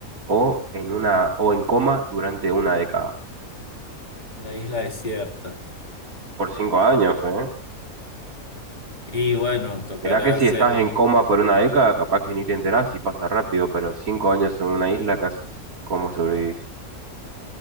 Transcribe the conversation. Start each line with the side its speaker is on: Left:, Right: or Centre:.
Right: o en una o en coma durante una década?
Left: la isla desierta.
Right: Por cinco años, ¿eh?
Left: Y bueno, tocará
Right: Mirá que si
Left: hacerla.
Right: estás en coma por una década, capaz que ni te enterás y pasa rápido, pero cinco años en una isla, ¿qué haces? ¿Cómo sobrevivís?